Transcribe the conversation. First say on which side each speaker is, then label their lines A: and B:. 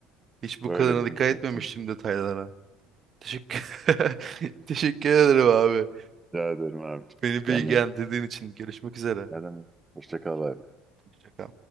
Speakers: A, on the right; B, on the right.
A: Hiç bu
B: böyle
A: kadarına dikkat
B: bir sektör.
A: etmemiştim detaylara. Teşekkür <laughs> Teşekkür ederim abi.
B: Rica ederim abiciğim.
A: Beni
B: Kendine
A: bilgilendirdiğin
B: iyi bak.
A: için görüşmek üzere.
B: Ne demek? Hoşça kal abi.
A: Hoşça kal.